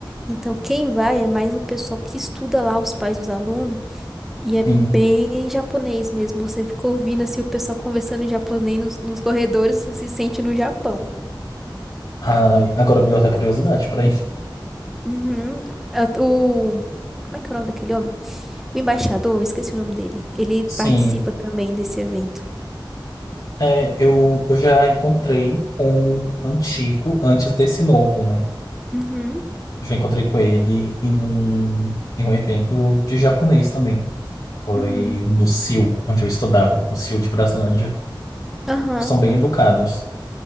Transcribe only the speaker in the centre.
Então, quem vai é mais o pessoal que estuda lá, os pais dos alunos, e é
bem japonês mesmo. Você fica ouvindo assim, o pessoal conversando em japonês nos, nos corredores, você se sente no Japão.
Uhum. É O... Como é que é o nome daquele homem? O embaixador, eu esqueci o nome dele. Ele participa
também desse evento.
Uhum,
uhum.
Aham.